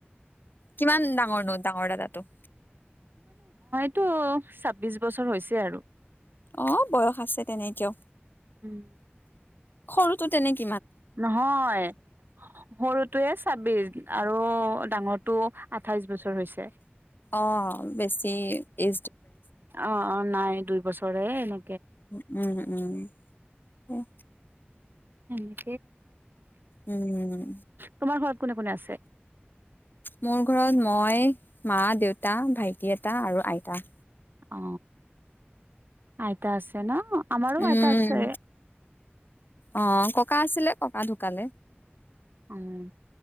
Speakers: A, on the left (about 55°); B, on the right (about 55°).
A: কিমান ডাঙৰ ন ডাঙৰ দাদো টো
B: তটো ছাব্বিশ বছৰ হৈছে আৰু
A: অ বয়স আছে তেনেকেও
B: উম
A: সৰুতো তেনেকে
B: নহয় সৰুটোৱে ছাব্বিশ আৰু ডাঙৰটো আঠাইশ বছৰ হৈছে
A: অ বেছি ই
B: অ অ নাই দুই বছৰে এনে
A: উ উম উম উম
B: হ
A: উম
B: তোমাৰ ঘৰত কোনে কোনে আছে
A: মোৰ ঘৰত মই মা দেউতা ভাইটি এটা আৰু আইতা
B: অ আইতা আছে ন আমাৰো
A: উম
B: আইতা আছে
A: অ ককা আছিলে ককা ঢুকালে
B: উম